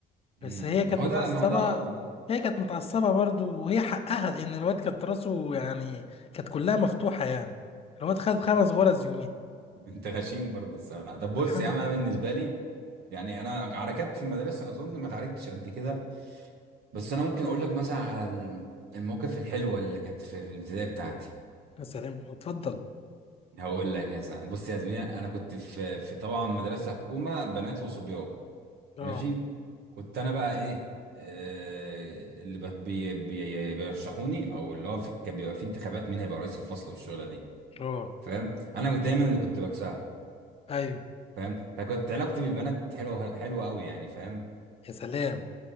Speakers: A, on the left (about 35°); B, on the right (about 70°).
A: بس
B: امم
A: هي كانت
B: هو
A: متعصبه
B: ده ما هو ده غلط
A: هي كانت متعصبه برضو وهي حقها لان الواد كانت راسه يعني كانت كلها مفتوحه يعني الواد خد خمس غرز يومين
B: <laughs> انت غشيم برضه الصراحه طب بص
A: الحمد
B: يا عم انا بالنسبه لي يعني انا عركات في المدرسه اظن ما اتعاركتش قد كده بس انا ممكن اقول لك مثلا على ال- المواقف الحلوه اللي كانت في, في الابتدائي بتاعتي
A: يا سلام اتفضل
B: هقول لك يا زلمه بص يا زميلة انا كنت في في طبعا مدرسه حكومه بنات وصبيان
A: اه
B: ماشي كنت انا بقى ايه آه، اللي بت- بي بي بيرشحوني او اللي هو في كان بيبقى في انتخابات مين هيبقى رئيس الفصل والشغله دي
A: اه
B: فاهم انا كنت دايما اللي كنت بكسبها
A: ايوه
B: فاهم فكنت علاقتي بالبنات حلوه حلوه قوي يعني فاهم
A: يا سلام